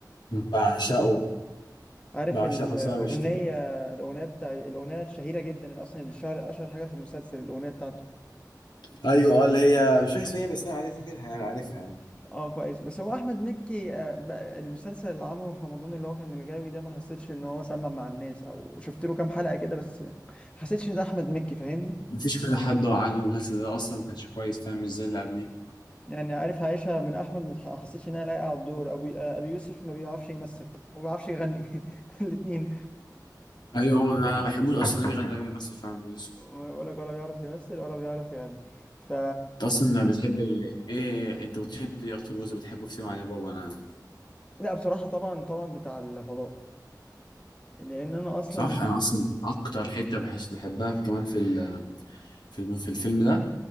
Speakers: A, on the left; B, on the left.
A: بعشقه
B: عارف
A: بعشقه
B: ال-
A: بس
B: الاغنيه
A: انا مش
B: الاغنيه بتاع الاغنيه الشهيره جدا اللي اصلا اللي شهر اشهر حاجه في المسلسل الاغنيه بتاعته
A: ايوه اه اللي هي مش فاكر اسمها إيه، بس انا عارف فاكرها يعني
B: م-
A: عارفها يعني
B: اه كويس بس هو احمد مكي آه، بقى المسلسل اللي عمله في رمضان اللي هو كان الغاوي ده ما حسيتش ان هو سمع مع الناس او شفت له كام حلقه كده بس ما حسيتش ان ده احمد مكي فاهمني
A: مفيش كذا حد عاجبه المسلسل ده اصلا ما كانش كويس فاهم مش زي اللي قبليه
B: يعني عارف عايشها من احمد ما تح- حسيتش انها لايقه على الدور ابو ابي يوسف ما بيعرفش يمثل وما بيعرفش يغني <laughs> الاثنين
A: ايوه هو انا ما بحبوش اصلا اللي بيغني اللي بيمثل فعلا ابو يوسف
B: وانا بقول لك ولا بيعرف يمثل ولا بيعرف يغني ف
A: انت اصلا بتحب ايه انت قلت لي انت إيه اكتر جزء بتحبه في سيما علي بابا انا
B: لا بصراحه طبعا طبعا بتاع الفضاء لان انا اصلا
A: صح انا اصلا اكتر حته بحس بحبها كمان في ال- في الم- في الفيلم ده